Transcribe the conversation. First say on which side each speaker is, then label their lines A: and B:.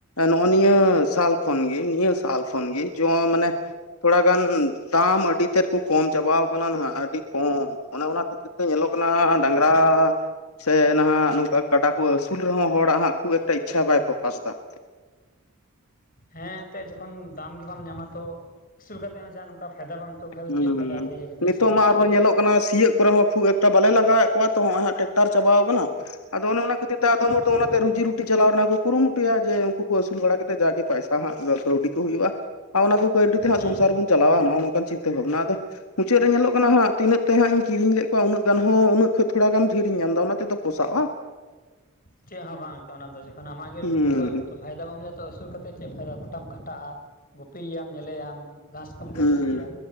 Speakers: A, on the left; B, on the left.
A: ᱱᱚᱜᱚᱭ ᱱᱤᱭᱟᱹ ᱥᱟᱞ ᱠᱷᱚᱱᱜᱮ ᱱᱤᱭᱟᱹ ᱥᱟᱞ ᱠᱷᱚᱱᱜᱮ ᱡᱚ ᱢᱟᱱᱮ ᱛᱷᱚᱲᱟ ᱜᱟᱱ ᱟᱢ ᱟᱹᱰᱤ ᱛᱮᱫ ᱠᱩ ᱠᱚᱢ ᱪᱟᱵᱟᱟᱣ ᱟᱠᱟᱱᱟ ᱱᱟᱦᱟᱜ ᱟᱹᱰᱤ ᱠᱚᱢ ᱚᱱᱮ ᱚᱱᱟ ᱠᱷᱟᱹᱛᱤᱨ ᱛᱮ ᱧᱮᱞᱚᱜ ᱠᱟᱱᱟ ᱰᱟᱝᱨᱟ ᱥᱮ ᱱᱟᱦᱟᱜ ᱱᱚᱝᱠᱟ ᱠᱟᱰᱟ ᱠᱚ ᱟᱹᱥᱩᱞ ᱨᱮᱦᱚᱸ ᱦᱚᱲᱟᱜ ᱦᱟᱸᱜ ᱠᱷᱩᱵ ᱮᱠᱴᱟ ᱤᱪᱪᱷᱟ ᱵᱟᱭ ᱯᱨᱚᱠᱟᱥ ᱫᱟ <inaudible>
B: ᱦᱮᱸ ᱮᱱᱛᱮᱫ ᱡᱚᱠᱷᱚᱱ ᱫᱟᱢ ᱜᱮ ᱵᱟᱢ ᱧᱟᱢᱟ ᱛᱚ ᱟᱹᱥᱩᱞ ᱠᱟᱛᱮ ᱦᱚᱸ ᱡᱟ ᱱᱚᱝᱠᱟ ᱯᱷᱟᱭᱫᱟ ᱵᱟᱢ ᱟᱹᱭᱠᱟᱹᱣ ᱠᱷᱟᱡ
A: ᱦᱮᱸ
B: ᱫᱚ ᱪᱮᱫ ᱯᱷᱟᱭᱫᱟ ᱟᱫᱚ ᱤᱭᱟᱹ ᱠᱟᱛᱮᱫ
A: ᱱᱤᱛᱚᱜ
B: ᱟᱹᱥᱩᱞ ᱠᱟᱛᱮᱫ
A: ᱢᱟ ᱟᱨᱦᱚᱸ ᱧᱮᱞᱚᱜ ᱠᱟᱱᱟ ᱥᱤᱭᱳᱜ ᱠᱚᱨᱮ ᱦᱚᱸ ᱠᱷᱩᱵ ᱮᱠᱴᱟ ᱵᱟᱞᱮ ᱞᱟᱜᱟᱣᱮᱫ ᱟᱠ ᱛᱚ ᱦᱚᱸᱜᱚᱭ ᱦᱟᱸᱜ ᱴᱮᱨᱟᱠᱴ ᱪᱟᱵᱟᱣ ᱠᱟᱱᱟ ᱟᱫᱚ ᱚᱱᱮ ᱠᱷᱟᱹᱛᱤᱨ ᱟᱫᱚᱢ ᱦᱚᱲ ᱫᱚ
B: ᱦᱮᱸ
A: ᱚᱱᱟᱛᱮ ᱨᱩᱡᱤ ᱨᱩᱴᱤ ᱪᱟᱞᱟᱣ ᱨᱮᱱᱟᱜ ᱠᱩ ᱠᱩᱨᱩᱢᱴᱩᱭᱟ ᱡᱮ ᱩᱱᱠᱩ ᱟᱹᱥᱩᱞ ᱵᱟᱲᱟ ᱠᱟᱛᱮᱫ ᱡᱟᱜᱮ ᱯᱟᱭᱥᱟ ᱦᱟᱜ ᱠᱟᱹᱣᱰᱤ ᱠᱚ ᱦᱩᱭᱩᱜᱼᱟ ᱚᱱᱟ ᱠᱚ ᱠᱟᱹᱣᱰᱤ ᱛᱮᱦᱟᱸᱜ
B: ᱦᱮᱸ
A: ᱥᱚᱝᱥᱟᱨ ᱵᱚᱱ ᱪᱟᱞᱟᱣ ᱱᱚᱱᱠᱟᱟᱱ ᱪᱤ <unintelligible> ᱚᱱᱟ ᱟᱫᱚ ᱢᱩᱪᱟᱹᱫ ᱨᱮ ᱧᱮᱞᱚᱜ ᱠᱟᱱᱟ ᱦᱟᱸᱜ ᱛᱤᱱᱟᱹᱜ ᱛᱮ ᱦᱟᱸᱜ ᱤᱧ ᱠᱤᱨᱤᱧ ᱞᱮᱫ ᱠᱚᱣᱟ ᱩᱱᱟᱹᱜ ᱜᱟᱱ ᱩᱹᱜ ᱠᱷ ᱠᱷᱚᱱ ᱛᱷᱚᱲᱟ ᱜᱟᱱ ᱰᱷᱤᱨᱤᱧᱚᱜ ᱮᱱᱫᱚ ᱚᱱᱟ ᱛᱮᱫᱚ ᱯᱚᱥᱟᱜᱼᱟ
B: ᱪᱮᱫ ᱦᱚᱸ ᱵᱟᱝᱛᱮ ᱚᱱᱟ ᱫᱚ ᱡᱟ ᱟᱢᱟᱜ ᱜᱮ
A: ᱦᱩᱸ
B: ᱱᱚᱝᱠᱟ ᱯᱷᱟᱭᱫᱟ ᱵᱟᱝ ᱦᱩᱭᱩᱜᱼᱟ ᱛᱚ ᱟᱹᱥᱩᱞ ᱠᱟᱛᱮᱫ ᱪᱮᱫ ᱯᱷᱟᱭᱫᱟ ᱜᱚᱴᱟᱢ ᱠᱷᱟᱴᱟᱜᱼᱟ ᱜᱩᱯᱤᱭᱮᱭᱟᱢ ᱧᱮᱞᱮᱭᱟᱢ ᱜᱷᱟᱥ ᱠᱚᱢ
A: ᱦᱩᱸ
B: ᱜᱮᱫ ᱟᱹᱜᱩᱭᱟ